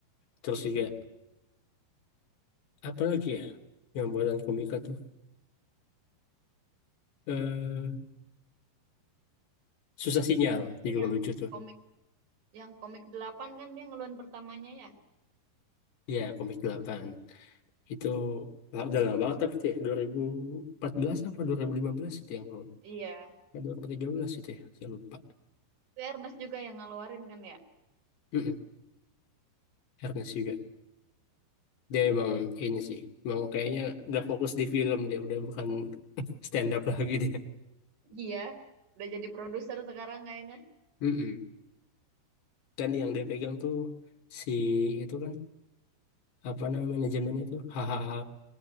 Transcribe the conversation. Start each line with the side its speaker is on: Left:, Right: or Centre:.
Left: Terus juga apa lagi ya yang buatan komika tuh? Eh, Susah Sinyal
Right: Udah tuh
Left: juga
Right: yang
Left: lucu tuh.
Right: komik yang komik 8 kan dia ngeluarin pertamanya ya.
Left: Ya komik 8 itu la- udah lama banget tapi tuh ya dua ribu empat belas apa 2015 itu yang belum.
Right: Iya.
Left: 2013 itu ya saya lupa.
Right: Itu Ernest juga yang ngeluarin kan ya.
Left: Mm-mm, Ernest juga. Dia emang ini sih. Emang kayaknya udah fokus di film dia udah bukan <laughs> stand up lagi dia.
Right: Iya. Udah jadi produser sekarang kayaknya.
Left: Mm-mm. Dan yang dia pegang tuh si itu kan apa namanya manajemennya tuh hahaha